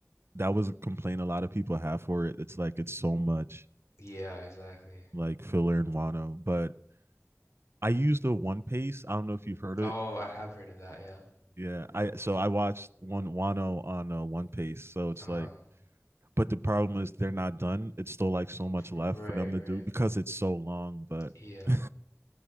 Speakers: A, on the right; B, on the left.
A: that was a complaint a lot of people have for it. It's like, it's so much
B: Yeah, exactly.
A: like filler in Wano. But I used the One Piece. I don't know if you've heard it.
B: Oh, I have heard of that, yeah.
A: Yeah. I, so I watched one Wano on uh, One Piece. So it's
B: Uh-huh.
A: like, but the problem is they're not done. It's still like so much
B: Right,
A: left for them to
B: right.
A: do because it's so long, but
B: Yeah.
A: <laughs>